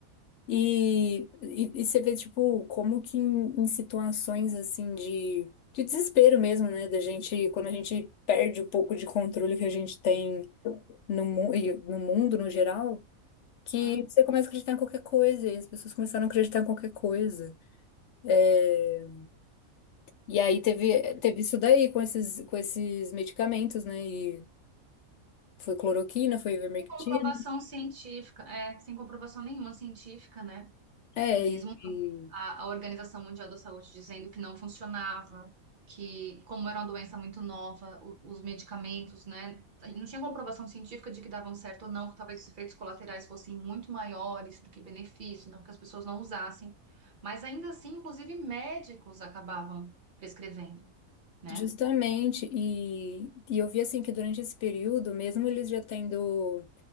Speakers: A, on the left; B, on the right.
A: E, e, e você vê, tipo, como que em, em situações assim de, de desespero mesmo, né? Da gente, quando a gente perde um pouco de controle que a gente tem no, mu- e no mundo no geral, que
B: Uhum.
A: você começa a acreditar em qualquer coisa, e as pessoas começaram a acreditar em qualquer coisa. É, e aí teve, teve isso daí com esses, com esses medicamentos, né? E foi cloroquina, foi ivermectina.
B: Sem comprovação científica, é, sem comprovação nenhuma científica, né?
A: É,
B: Mesmo
A: e, e
B: a, a Organização Mundial da Saúde dizendo que não funcionava, que como era uma doença muito nova, o- os medicamentos, né, não tinha comprovação científica de que davam certo ou não, que talvez os efeitos colaterais fossem muito maiores do que benefícios, não que as pessoas não usassem, mas ainda assim, inclusive médicos acabavam prescrevendo, né?
A: justamente, e, e eu vi assim que durante esse período, mesmo eles já tendo